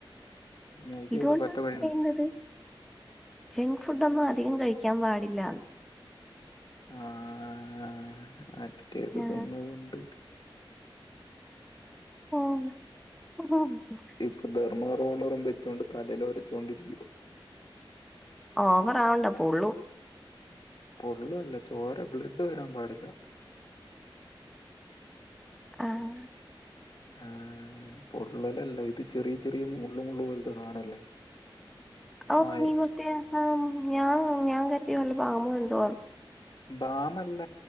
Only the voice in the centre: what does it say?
ഇതുകൊണ്ടാണ്.
പറയുന്നത് ജങ്ക് ഫുഡോന്നും. അധികം കഴിക്കാൻ പാടില്ലന്ന്..
ആ
<inaudible>
ഓവറാവണ്ട. പോള്ളൂ..
ആ ആ ആ..
ഓ.
നീ. മുട്ടിയേ. ഞാൻ ഞാൻ കരുതിയ. വല്ല ബാമോ എന്തോ..